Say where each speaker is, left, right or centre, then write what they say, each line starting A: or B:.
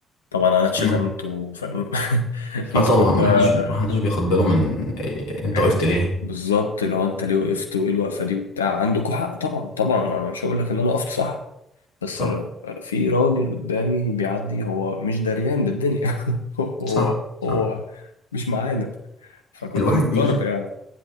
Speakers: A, on the left (about 80°); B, on the left (about 70°).
A: طبعا انا اتشتمت
B: مم.
A: وفاهم <laughs> الناس
B: اه طبعا
A: كلها
B: محدش محدش بياخد باله من إيه انت
A: يعني
B: وقفت ليه
A: بالظبط اللي هو انت ليه وقفت وايه الوقفة دي وبتاع عندكوا حق طبعا طبعا انا مش هقول لك ان انا وقفت صح بس
B: صح
A: أنا- في راجل قدامي بيعدي هو مش دريان بالدنيا <laughs> هو
B: صح صح
A: هو مش معانا فكنت
B: الواحد
A: مضطر
B: بيجي
A: يعني